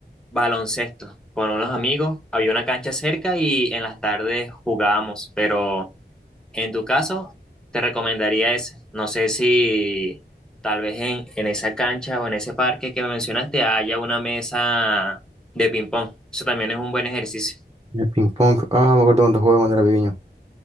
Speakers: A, in the centre; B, on the right.
A: baloncesto con unos amigos. Había una cancha cerca y en las tardes jugábamos, pero en tu caso te recomendaría ese. No sé si tal vez en, en esa cancha o en ese parque que mencionaste haya una mesa de ping pong. Eso también es un buen ejercicio.
B: El ping pong. Ah, me acuerdo cuando jugaba cuando era pequeño.